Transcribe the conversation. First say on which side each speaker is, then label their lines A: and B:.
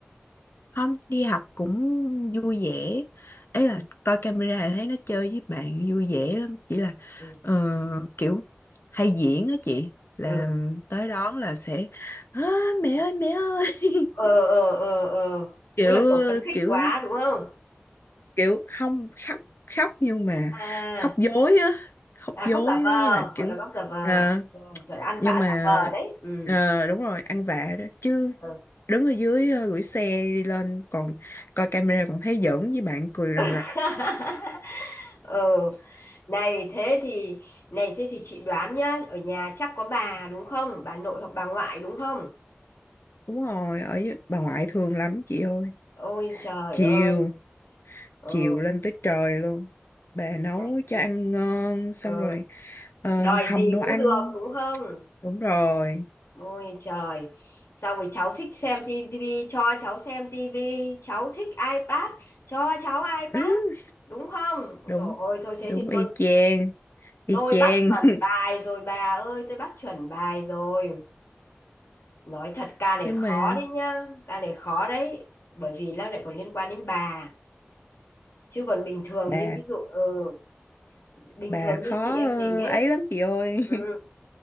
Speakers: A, on the left; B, on the left.
A: không đi học cũng vui vẻ ấy
B: Ừ,
A: là coi camera là thấy nó chơi với bạn vui vẻ lắm chỉ là
B: ừ,
A: ờ, kiểu hay diễn á chị là
B: ừ.
A: tới đón là sẽ "Á, mẹ ơi mẹ ơi
B: ờ, ờ, ờ, ờ.
A: <laughs> kiểu
B: Tức là kiểu phấn khích
A: kiểu
B: quá đúng không?
A: kiểu không khóc khóc nhưng mà
B: À,
A: khóc dối á khóc
B: à
A: dối
B: khóc giả vờ,
A: á là
B: gọi
A: kiểu
B: là khóc giả vờ.
A: ờ,
B: Ừ, rồi ăn
A: nhưng
B: vạ
A: mà
B: giả vờ đấy. Ừ.
A: ờ, đúng rồi ăn vạ đó chứ
B: ừ.
A: đứng ở dưới ờ, gửi xe đi lên còn coi camera còn thấy giỡn với bạn cười rằng
B: <laughs>
A: rặc
B: ừ này thế thì này thế thì chị đoán nhá ở nhà chắc có bà đúng không bà nội hoặc bà ngoại đúng không
A: Đúng rồi, ở dưới- bà ngoại thương lắm chị ơi.
B: ôi trời
A: Chiều,
B: ơi ờ
A: chiều lên tới trời luôn. Bà nấu
B: này
A: cho ăn ngon, xong
B: ờ
A: rồi ờ,
B: đòi
A: hầm
B: gì
A: đồ
B: cũng
A: ăn.
B: được đúng không
A: Đúng rồi.
B: ôi trời xong rồi cháu thích xem tivi cho cháu xem tivi cháu thích iPad cho cháu iPad
A: Ừ,
B: đúng không rồi
A: đúng,
B: ôi thôi thế
A: đúng
B: thì
A: y
B: tôi
A: chang, y
B: tôi
A: chang.
B: bắt chuẩn
A: <laughs>
B: bài rồi bà ơi tôi bắt chuẩn bài rồi nói thật ca này
A: Nhưng
B: khó
A: mà
B: đấy nhá ca này khó đấy bởi vì nó lại còn liên quan đến bà chứ còn bình thường
A: bà
B: như ví dụ ừ, bình
A: bà
B: thường như
A: khó
B: chị em
A: ờ,
B: mình ấy
A: ấy lắm chị ơi.
B: ừ,
A: <laughs>